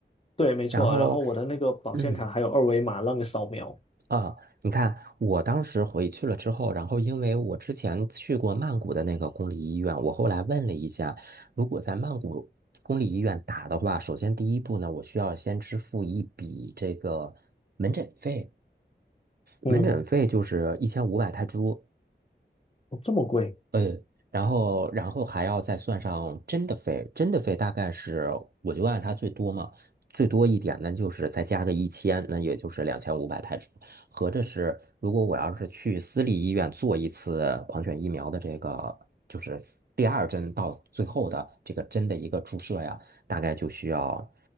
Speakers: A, on the left; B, on the right.
A: 对，没错。
B: 然后，
A: 然后我的那个保健卡还有二维码让你扫描。
B: 嗯。啊，你看，我当时回去了之后，然后因为我之前去过曼谷的那个公立医院，我后来问了一下，如果在曼谷公立医院打的话，首先第一步呢，我需要先支付一笔这个门诊费，
A: 嗯，
B: 门诊费就是一千五百泰铢，
A: 哦这么贵？
B: 呃，然后然后还要再算上真的费，真的费大概是我就按它最多嘛，最多一点呢就是再加个一千，那也就是两千五百泰铢，合着是如果我要是去私立医院做一次狂犬疫苗的这个就是第二针到最后的这个针的一个注射呀，大概就需要